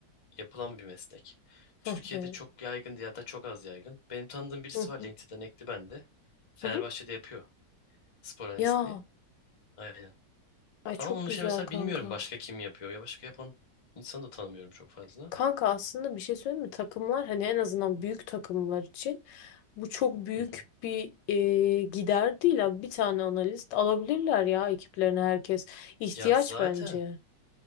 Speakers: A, on the left (about 45°); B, on the left (about 80°).
A: yapılan bir meslek.
B: Hı
A: Türkiye'de
B: hı.
A: çok yaygın diye hatta çok az yaygın. Benim tanıdığım birisi
B: Hı
A: var
B: hı.
A: LinkedIn'den ekli bende. Fenerbahçe'de
B: Hı hı.
A: yapıyor spor analistliği.
B: Ya,
A: Aynen.
B: ay
A: Ama
B: çok
A: onun
B: güzel
A: dışında mesela
B: kanka.
A: bilmiyorum başka kim yapıyor. Ya başka yapan insanı da tanımıyorum çok fazla.
B: Kanka aslında bir şey söyleyeyim mi? Takımlar hani en azından büyük takımlar için bu çok büyük
A: Hı hı.
B: bir e, gider değil abi. Bir tane analist alabilirler ya ekiplerine herkes. İhtiyaç
A: Ya zaten
B: bence.